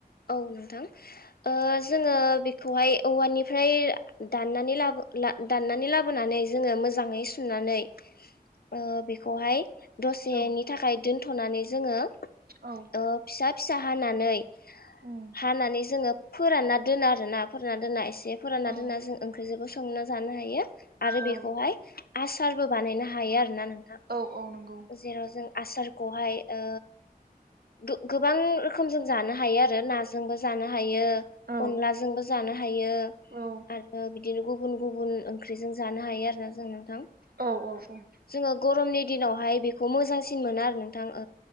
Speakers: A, on the left (about 75°); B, on the right (about 75°).
A: औ नोंथां जोङो बेखौहाय औवानिफ्राय दाननानै लाबो ला दाननानै लाबोनानै जोङो मोजाङै सुनानै ओ बेखौहाय दसेनि
B: औ
A: थाखाय दोन्थ'नानै जोङो फिसा
B: औ
A: फिसा हानानै
B: उम
A: हानानै जोङो फोरानना दोनो आरोना फोरानना दोनना एसे जे फोरानना
B: औ
A: दोना जों ओंख्रिजोंबो संना जानो हायो आरो
B: औ
A: बेखौहाय आसारबो बानायनो हायो आरोना नों थां।
B: औ औ नंगौ
A: जेराव जों आसारखौहाय ओ गो-गोबां रोखोमजों जानो हायो आरो नाजोंबो जानो हा यो
B: औ
A: अनलाजोंबो जानो हायो
B: औ
A: आरो बि दिनो गुबुन गुबुन ओं ख्रिजों जानो हायो आरोना जों नोंथां।
B: औ औ औ
A: जोङो गरमनि दिनावहाय बेखौ मोजांसि सिन मोनो आरो नोंथां